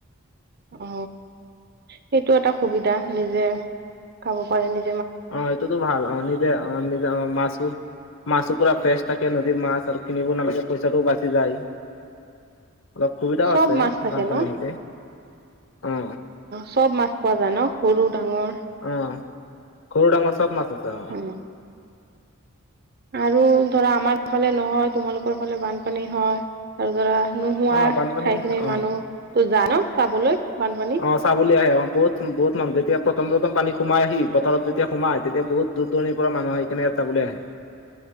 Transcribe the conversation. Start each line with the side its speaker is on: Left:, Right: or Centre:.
Right: অ সেইটো এটা সুবিধা, নিজে খাব পাৰে নি
Left: অ এইটোতো ভাল অ নিজে অ নিজে অ মাছ মাছো পুৰা ফ্ৰেচ। তাকে নদীৰ মাছ আৰু কিনিব নালাগে পইচাটোও বাচি যায়। অলপ সুবিধাও
Right: চব
Left: আছে
Right: মাছ থাকে
Left: বানপানী
Right: ন
Left: আহিলে অ।
Right: চব মাছ পোৱা যায় ন? সৰু ডাঙৰ
Left: আহ ঘৰু ডাঙৰ চব মাছ আছে আহ
Right: উম আৰু ধৰা আমাৰ ফালে নহয় তোমালোকৰ ফালে বানপানী হয় আৰু ধৰা নোহোৱা
Left: অ বানপানী
Right: ঠাই খিনিৰ
Left: অ
Right: মানুহ তো যা ন চাবলৈ বানপানী
Left: অ চাবলৈ আহে আহ বহুত বহুত মানুহ যেতিয়া প্ৰথম প্ৰথম পানী সোমাই আহি পথাৰত যেতিয়া সোমায় তেতিয়া বহুত দূৰ দূৰণিৰ পৰা মানুহ আহি কেনেকৈ চাবলৈ আহে